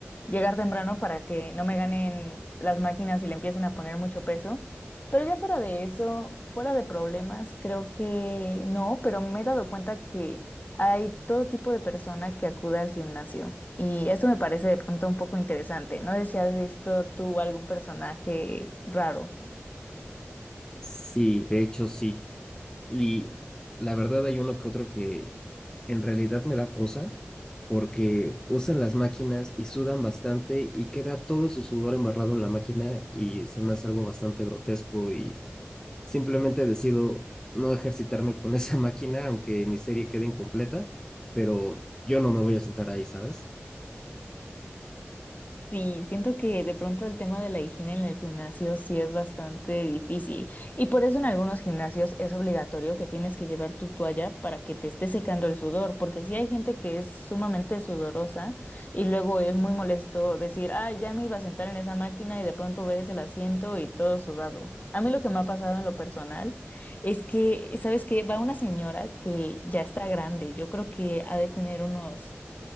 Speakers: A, on the left; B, on the left.
A: llegar temprano para que no me ganen las máquinas y le empiecen a poner mucho peso. Pero ya fuera de eso, fuera de problemas, creo que no, pero me he dado cuenta que hay todo tipo de persona que acude al gimnasio. Y esto me parece de pronto un poco interesante. No sé si has visto tú algún personaje raro.
B: Sí, de hecho sí. Y la verdad hay uno que otro que en realidad me da cosa porque usan las máquinas y sudan bastante y queda todo su sudor embarrado en la máquina y se me hace algo bastante grotesco y Simplemente decido no ejercitarme con esa <laughs> máquina, aunque mi serie quede incompleta, pero yo no me voy a sentar ahí, ¿sabes?
A: Sí, siento que de pronto el tema de la higiene en el gimnasio sí es bastante difícil y por eso en algunos gimnasios es obligatorio que tienes que llevar tu toalla para que te esté secando el sudor, porque sí hay gente que es sumamente sudorosa y luego es muy molesto decir, ah, ya me iba a sentar en esa máquina y de pronto ves el asiento y todo sudado. A mí lo que me ha pasado en lo personal es que, ¿sabes qué? Va una señora que ya está grande, yo creo que ha de tener unos